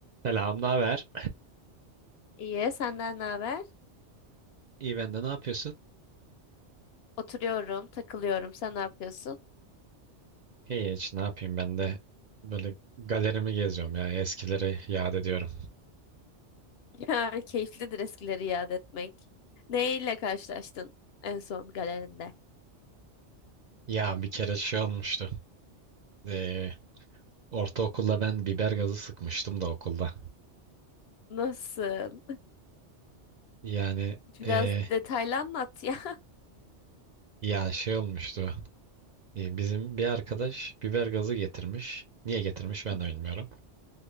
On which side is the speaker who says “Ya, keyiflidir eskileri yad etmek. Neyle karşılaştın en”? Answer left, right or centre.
Left